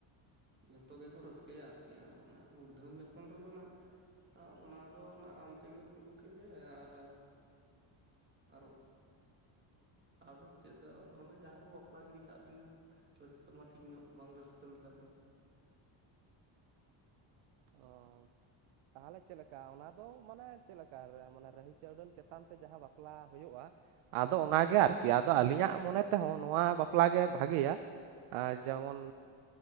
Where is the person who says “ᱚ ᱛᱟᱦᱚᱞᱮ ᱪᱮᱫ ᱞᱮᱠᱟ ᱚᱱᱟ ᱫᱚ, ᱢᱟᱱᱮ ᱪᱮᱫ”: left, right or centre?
Right